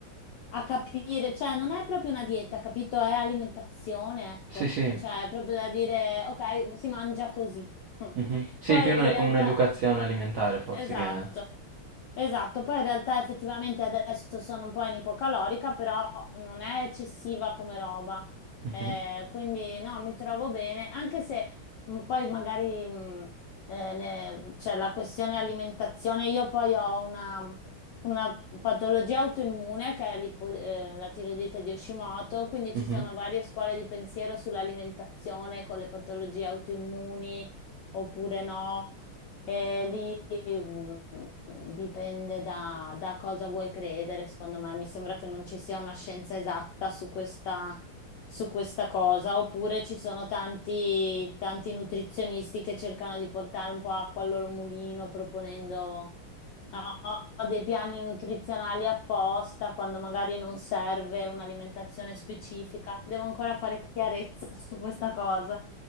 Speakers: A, on the left; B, on the right.
A: a capire, cioè non è proprio una dieta, capito? È alimentazione, ecco,
B: Sì, sì.
A: cioè è proprio da dire, ok, si mangia così. <laughs>
B: mhm. Sì,
A: Poi
B: più un'e-
A: in realtà...
B: un'educazione alimentare forse
A: Esatto,
B: che...
A: esatto. Poi in realtà effettivamente adesso sono un po' in ipocalorica, però non è eccessiva come roba.
B: Mhm,
A: Eh, quindi no, mi trovo bene, anche se mh, poi magari mh, eh, ne- c'è la questione alimentazione. Io poi ho una, una patologia autoimmune che è l'ipo- eh, la tiroidite di Hashimoto, quindi
B: mhm.
A: ci sono varie scuole di pensiero sull'alimentazione con le patologie autoimmuni oppure no. E lì mm, dipende da, da cosa vuoi credere, secondo me. Mi sembra che non ci sia una scienza esatta su questa, su questa cosa, oppure ci sono tanti, tanti nutrizionisti che cercano di portare un po' acqua al loro mulino, proponendo no, dei piani nutrizionali apposta, quando magari non serve un'alimentazione specifica. Devo ancora fare chiarezza su questa cosa.